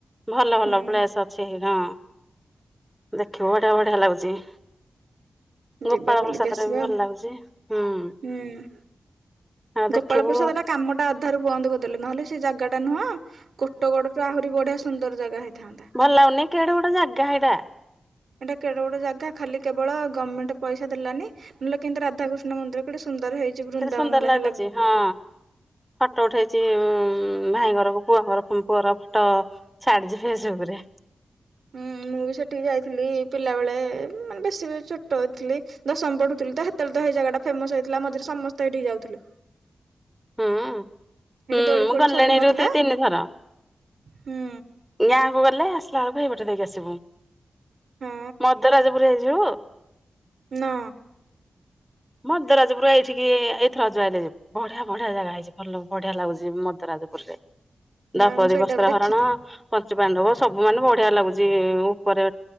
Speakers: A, in the centre; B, on the right.
A: ଭଲ ଭଲ
B: ହୁଁ
A: ପ୍ଲେସ ଅଛି ହଁ ଦେଖିବୁ ବଢିଆ ବଢିଆ ଲାଗୁଛି। ଗୋପାଳ
B: ଯିବା ବୁଲିକି
A: ପ୍ରସାଦରେ
B: ଆସିବା
A: ବି ଭଲ
B: ଆଉ।
A: ଲାଗୁଛି ହୁଁ।
B: ହୁଁ।
A: ଆଉ ଦେଖିବୁ
B: ଗୋପାଳ ପ୍ରସାଦ
A: ହଁ।
B: ଏଟା କାମଟା ଅଧାରୁ ବନ୍ଦ କରିଦେଲେ ନହେଲେ ସେ ଜାଗାଟା ନୁହଁ। କୋଟଗଡ ରୁ ଆହୁରି ବଢିଆ ସୁନ୍ଦର ଜାଗା ହେଇଥାନ୍ତା।
A: ଭଲ ଲାଗୁନି କେଡେ ଗୋଟେ ଜାଗା ଏଇଟା।
B: ଏଇଟା କେଡ ଗୋଡ ଜାଗା ଖାଲି କେବଳ ଗଭର୍ଣ୍ଣମେଣ୍ଟ ପଇସା ଦେଲାନି। ନହେଲେ କିନ୍ତୁ ରାଧାକୃଷ୍ଣନ୍ଦର ଗୋଟେ ସୁନ୍ଦର ହେଇଛି। ବୃନ୍ଦାବନ
A: କେତେ ସୁନ୍ଦର
B: ଲେଖା
A: ଲାଗୁଛି ହଁ। ଫଟୋ ଉଠେଇଛି ଉ ଭାଇ ଘରକୁ ପୁଅ ଘର ପୁଅର ଫଟୋ। ଛାଡିଛି ଫେସବୁକ ରେ।
B: ହୁଁ ମୁଁ ବି ସେଠିକି ଯାଇଥିଲି ପିଲା ବେଳେ ମାନେ ବେଶୀ ଛୋଟ ହେଥିଲି ଦଶମ ପଢୁଥିଲି ତ। ସେତେଳେ ତ ସେଇ ଜାଗାେମସଇଥିଲା ମିରେ ସମସ୍ତ ଏଇଠି ଯାଉଥିଲେ।
A: ହୁଁ
B: ସେଠି
A: ହୁଁ
B: ଦୋଳି
A: ମୁଁ
B: ଫୋଳି
A: ଗଲିଣି
B: ସବୁ ନଥିଲା
A: ରୁତି ତିନିଥର।
B: ହୁଁ
A: ଗାଁ କ ଗଲେ ଆ। କୁ ଏପଟେ ଦେଇକି ଆସିବୁ
B: ହଁ
A: ମଦ ରାଜଜପୁର ହେଇଯିବୁ।
B: ନଅ।
A: ମଜପୁରା ଏଇଠିକି ଏଇଥର ଯୁଆ ହେଲେ ଯିବୁ। ବଢିଆ ବଢିଆ ଜାଗା ହେଇଛି ଭଲ ବଢିଆ ଲାଗୁଛି ମଦରାଜପୁରରେ
B: ନାଇଁ
A: ଦୌପଦୀ
B: ମୁଁ ସେଇଟା
A: ବସ୍ତ୍ର
B: ବି ଦେଖିନି
A: ହରଣ। ପଞ୍ଚୁ ପାଣ୍ଡବ ସବୁ ମାନେ ବଢିଆ ଲାଗୁଛି ଉପରେ